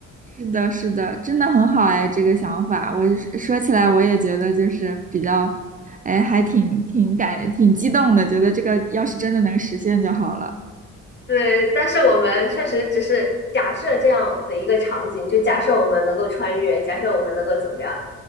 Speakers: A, on the right; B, on the left.
A: 是的，是的，真的很好哎，这个想法，我是说起来我也觉得就是比较，哎，还挺挺感挺激动的，觉得这个要是真的能实现就好了。
B: 对，但是我们确实只是假设这样的一个场景，就假设我们能够穿越，假设我们能够怎么样，